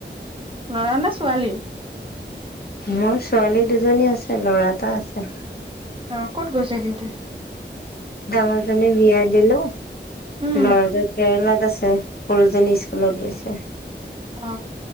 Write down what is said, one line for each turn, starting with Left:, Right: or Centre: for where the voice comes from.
Right: ল'ৰা নে ছোৱালী?
Left: মোৰ ছোৱালী দুজনী আছে, ল'ৰা এটা আছে।
Right: অ, ক'ত গৈছে সি?
Left: ডাঙৰজনি বিয়া দিলো।
Right: উম
Left: ল'ৰা জন কেৰেলাত আছে, সৰুজনী ইচ - স্কুলত গৈছে।
Right: অ